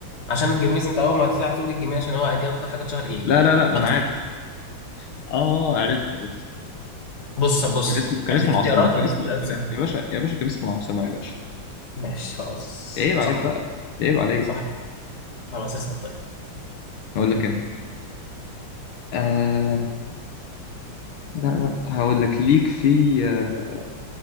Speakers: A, on the left; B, on the left.
A: عشان الجميز انت اول ما هتقول الجميز عشان هو دي اول حاجه اتشهر يعني
B: لا لا لا ما
A: اكتر
B: انا عارف اه عرفت عرفت
A: بص بص
B: كان اسمه كان
A: انا
B: اسمه
A: اديك
B: العاصمة
A: اختيارات
B: كان
A: واديك
B: اسمه
A: اختيارات
B: كان...
A: سهله
B: يا باشا يا باشا كان اسمه العاصمة يا باشا
A: ماشي خلاص
B: عيب عليك
A: صح
B: بقى عيب عليك
A: صح خلاص اسال طيب
B: اقول لك انت آه لا لا هقول لك ليك في آه،